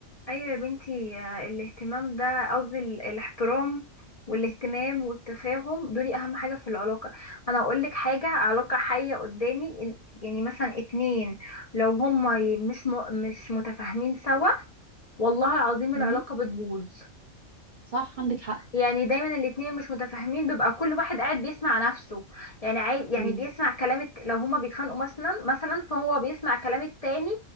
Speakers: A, on the left; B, on the right.
A: ايوه يا بنتي آه، الاهتمام ده قصدي ال- الاحترام والاهتمام والتفاهم دول اهم حاجة في العلاقة انا هقول لك حاجة علاقة حية قدامي إن- يعني مثلا اتنين لو هما ي- مش م... مش متفاهمين سوا والله العظيم العلاقة
B: امم
A: بتبوظ
B: صح عندك حق
A: يعني دايما الاتنين مش متفاهمين بيبقى كل واحد قاعد بيسمع نفسه يعني عاي... يعني
B: امم
A: بيسمع كلام الت... لو هما بيتخانقوا مثلا مثلا فهو بيسمع كلام التاني